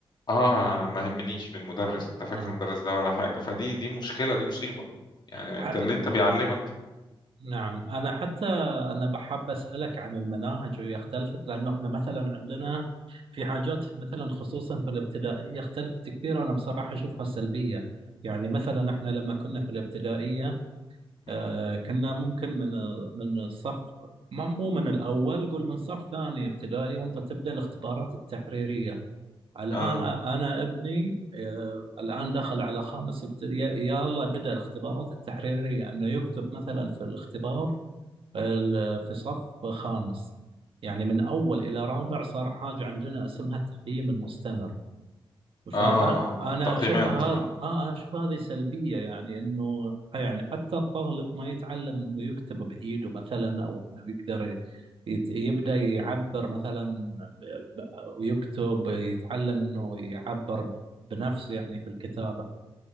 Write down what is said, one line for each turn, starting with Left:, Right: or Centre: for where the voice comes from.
Left: اه انا ما يهمنيش من مدرس
Right: آه.
Left: انت فاكر المدرس ده ولا حاجة فدي دي مشكلة دي مصيبة يعني
Right: ح-
Left: انت اللي انت بيعلمك
Right: نعم أنا حتى أنا بحب أسألك عن المناهج وهي اختلفت لأنه إحنا مثلا عندنا في حاجات مثلا خصوصا في الابتدائية اختلفت كثير أنا بصراحة أشوفها سلبية يعني مثلا إحنا لما كنا في الابتدائية
Left: مهم.
Right: آه، كنا ممكن من من الصف ما- مو من الأول قول من صف ثاني ابتدائي وأنت تبدأ الاختبارات التحريرية الآن
Left: اه
Right: أ- أنا ابني آه، الآن داخل على خامس ابتدائي يلا بدأ الاختبارات التحريرية أنه يكتب مثلا في الاختبار ال- في صف خامس يعني من أول إلى رابع صار حاجة عندنا اسمها التقييم المستمر فأنا
Left: اه اه, آه. تقييمات
Right: أشوفها هذا
Left: اه
Right: آه أنا أشوف هذه سلبية يعني إنه يعني حتى الطالب ما يتعلم إنه يكتب بإيده مثلا أو إنه يقدر يت- يبدأ يعبر مثلا ب- ب- ويكتب يتعلم إنه يعبر ب- بنفسه يعني في الكتابة